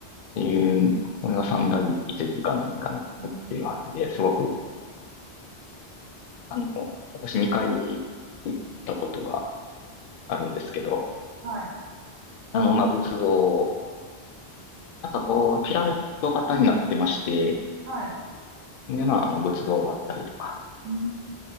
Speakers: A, on the left; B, on the right.
A: っていう、これが三大遺跡か何かに入っているはずで、
B: い、えー
A: すごくあの、私2回に行ったことがあるんですけど、
B: はい、
A: あの、まあ、仏像、なんかこう、ピラミッド型になってまして、
B: はい、
A: で、まあ、あの、仏像があったりとか、
B: うん